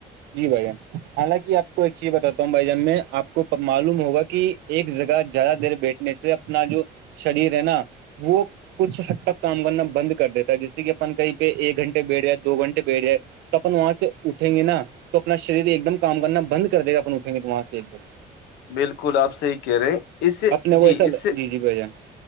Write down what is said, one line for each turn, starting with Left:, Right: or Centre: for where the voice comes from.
Right: جی بھائی جان حالانکہ آپ کو ایک چیز بتاتا ہوں بھائی جان میں آپ کو معلوم ہوگا کہ ایک جگہ زیادہ دیر بیٹھنے سے اپنا جو شریر ہے نا وہ کچھ حد تک کام کرنا بند کر دیتا ہے جیسے کہ اپن کہیں پہ ایک گھنٹے بیٹھ جائے دو گھنٹے بیٹھ جائے تو اپن وہاں سے اٹھیں گے نا تو اپنا شریر ایک دم کام کرنا بند کر دے گا اپن اٹھیں گے تو وہاں سے ایک دم
Left: بالکل آپ صحیح کہہ رہے ہیں اس سے
Right: اپنے کو
Left: جی
Right: ایسا
Left: اس سے
Right: جی جی بھائی جان